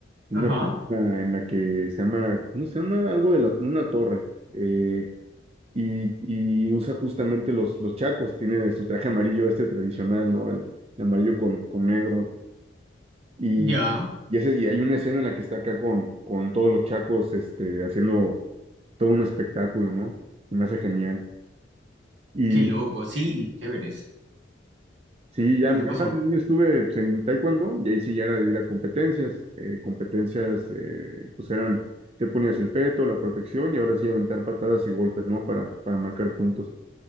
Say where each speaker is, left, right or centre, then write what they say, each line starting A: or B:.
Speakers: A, on the right; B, on the right.
A: una
B: Ajá,
A: película en la que se llama, ¿cómo se llama? Algo de la, una torre. Eh, y, y usa justamente los, los chacos, tiene su traje amarillo este tradicional, ¿no? El, el amarillo con, con negro. Y,
B: ya,
A: y, ese, y hay una escena en la que está acá con, con todos los chacos este, haciendo todo un espectáculo, ¿no? Y me hace genial. Y
B: qué loco, sí, chéveres.
A: sí, ya,
B: ¿Y
A: ya
B: qué pasó?
A: más de niño estuve pues, en taekwondo y ahí sí ya era de ir a competencias. Eh, competencias eh, pues eran, te ponías el peto, la protección y ahora sí aventar patadas y golpes, ¿no? Para, para marcar puntos.